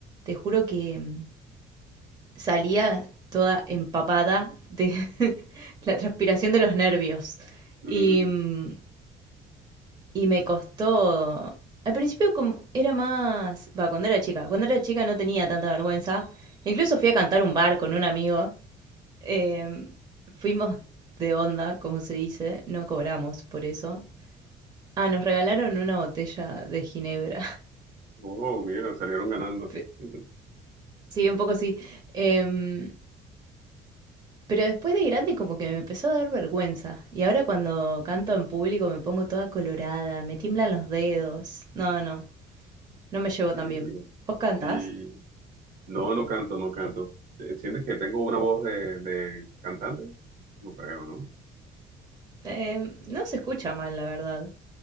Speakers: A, on the right; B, on the right.
A: Te juro que em, salía toda empapada de <laughs> la transpiración de los nervios.
B: Mm,
A: Y, mm, y me costó... Al principio como era más... Va, cuando era chica. Cuando era chica no tenía tanta vergüenza. Incluso fui a cantar un bar con un amigo. em, fuimos de onda, como se dice. No cobramos por eso. Ah, nos regalaron una botella de ginebra.
B: Oh, mira, salieron ganando.
A: <laughs> Pe-
B: <laughs>
A: Sí, un poco sí. Em, pero después de grande como que me empezó a dar vergüenza. Y ahora cuando canto en público me pongo toda colorada, me tiemblan los dedos. No, no, no me llevo tan
B: Y,
A: bien. ¿Vos cantás?
B: y- no, no canto, no canto. Eh, ¿Sientes que tengo una voz de, de cantante? No creo, ¿no?
A: Em, no se escucha mal, la verdad.